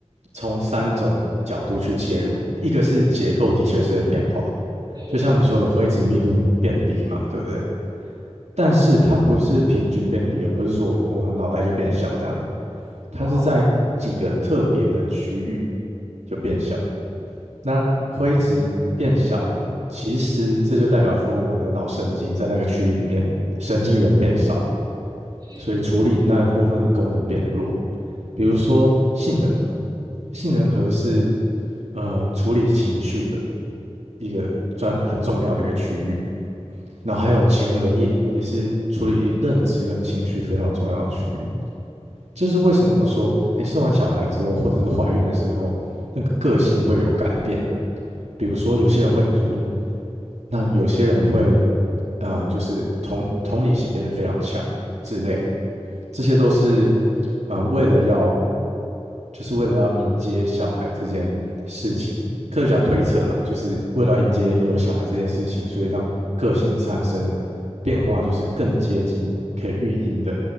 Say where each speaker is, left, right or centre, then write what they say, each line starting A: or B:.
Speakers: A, on the right; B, on the right.
A: 从三种角度去切入，一个是结构的确是会变化，
B: 嗯嗯
A: 就像你说的灰质密度变低嘛，对不对？但是它不是平均变低哦，不是说我我脑袋就变小这样，它是在几个特别的区域
B: 哦，
A: 就变小。那灰质变小了，其实这就代表说我们的脑神经在那个区域里面神经元变少了，
B: 嗯
A: 所以处理那部分的功能变弱。比如说杏仁核，杏仁核是呃处理情绪的一个专很重要的一个区域，然后还有前额叶也是处理认知跟情绪非常重要的区域。这是为什么说，哎，生完小孩之后，或者是怀孕的时候，那个个性会有改变。比如说，有些人会易怒，那有些人会，呃，就是同同理心变得非常强之类的。这些都是，呃，为了要，就是为了要迎接小孩这件事情，科学家推测啦，就是为了要迎接有小孩这件事情，所以让个性产生变化，就是更接近可以育婴的